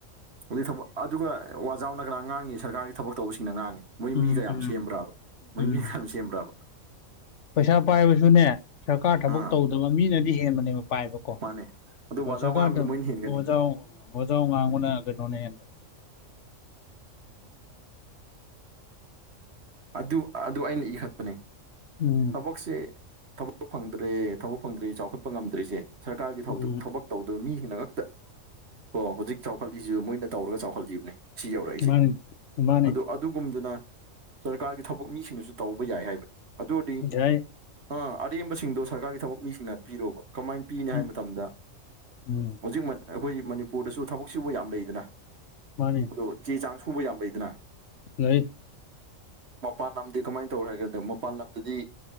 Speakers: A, on the right; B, on the left.
A: ꯍꯧꯖꯤꯛ ꯊꯕꯛ ꯑꯗꯨꯒ ꯑꯣꯖꯥꯎꯅ ꯀꯥꯅ ꯉꯥꯡꯉꯤ ꯁꯔꯀꯥꯔꯒꯤ ꯊꯕꯛ ꯇꯧꯕꯁꯤꯡꯅ ꯉꯥꯡꯉꯤ ꯃꯣꯢ
B: ꯎꯝ
A: ꯃꯤꯒꯥ ꯌꯥꯝ
B: ꯎꯝ
A: ꯁꯦꯝꯕ꯭ꯔꯕ ꯃꯣꯢ
B: ꯎꯝ
A: ꯃꯤ ꯀꯌꯥꯝ ꯁꯦꯝꯕ꯭ꯔꯕ
B: ꯄꯩꯁꯥ ꯄꯥꯢꯕꯁꯨꯅꯦ ꯁꯔꯀꯥꯔ ꯊꯕꯛ
A: ꯑꯥ
B: ꯇꯧꯗꯕ ꯃꯤꯅꯗꯤ ꯍꯦꯟꯕꯅꯦꯕ ꯄꯥꯢꯕꯀꯣ
A: ꯃꯥꯅꯦ ꯑꯗꯣ ꯋꯥꯖꯥꯎ
B: ꯁ꯭ꯔꯥꯀꯥ
A: ꯉꯥꯡꯕꯗ
B: ꯊꯕꯛ
A: ꯃꯣꯏꯅ ꯍꯦꯟꯒꯅꯤ
B: ꯋꯣꯖꯥꯎ <unintelligible> ꯋꯥꯖꯥꯎ ꯉꯥꯡꯕꯅ ꯀꯩꯅꯣꯅꯦ ꯍꯥꯢꯔꯨꯅꯨ
A: ꯑꯗꯨ ꯑꯗꯨ ꯑꯩꯅ ꯏꯈꯠꯄꯅꯦ
B: ꯎꯝ
A: ꯊꯕꯛꯁꯦ ꯊꯕꯛ ꯐꯪꯗ꯭ꯔꯦ ꯊꯕꯛ ꯐꯪꯗ꯭ꯔꯤ ꯆꯥꯎꯈꯠꯄ ꯉꯝꯗ꯭ꯔꯤꯁꯦ ꯁꯔꯀꯥꯔꯒꯤ ꯊꯕꯛꯇꯣ
B: ꯎꯝ
A: ꯊꯕꯛ ꯇꯧꯗꯕ ꯃꯤꯁꯤꯡꯅ ꯉꯥꯛꯇ ꯀꯣ ꯍꯧꯖꯤꯛ ꯆꯥꯎꯈꯠꯂꯤꯁꯤ ꯃꯣꯢꯅ ꯇꯧꯔꯒ ꯆꯥꯎꯈꯠꯂꯤꯕꯅꯦ ꯁꯤ ꯌꯧꯔꯛꯏꯁꯦ
B: ꯃꯥꯅꯤ ꯃꯥꯅꯤ
A: ꯑꯗꯣ ꯑꯗꯨꯒꯨꯝꯗꯨꯅ ꯁꯔꯀꯥꯔꯒꯤ ꯊꯕꯛ ꯃꯤꯁꯤꯡꯅꯁꯨ ꯇꯧꯕ ꯌꯥꯢ ꯍꯥꯢꯕꯅꯤ ꯑꯗꯨ ꯑꯣꯢꯔꯗꯤ
B: ꯉꯁꯥꯏ
A: ꯑꯥ ꯑꯔꯦꯝꯕꯁꯤꯡꯗꯣ ꯁꯔꯀꯥꯔꯒꯤ ꯊꯕꯛ ꯃꯤꯁꯤꯡꯅ ꯄꯤꯔꯣꯕ ꯀꯃꯥꯢꯅ ꯄꯤꯅꯤ
B: ꯎꯝ
A: ꯍꯥꯢꯕ ꯃꯇꯝꯗ
B: ꯎꯝ
A: ꯍꯧꯖꯤꯛ ꯑꯩꯈꯣꯢ ꯃꯅꯤꯄꯨꯔꯗꯁꯨ ꯊꯕꯛ ꯁꯨꯕꯨ ꯌꯥꯝ ꯂꯩꯗꯅ
B: ꯃꯥꯅꯦ
A: ꯑꯗꯣ ꯆꯦ ꯆꯥꯡ ꯁꯨꯕ ꯌꯥꯝ ꯂꯩꯗꯅ
B: ꯂꯩ
A: ꯃꯄꯥꯟ ꯂꯝꯗꯤ ꯀꯃꯥꯢꯅ ꯇꯧꯔꯦ ꯍꯥꯢ ꯀꯥꯟꯗ ꯃꯄꯥꯟ ꯂꯝꯗꯗꯤ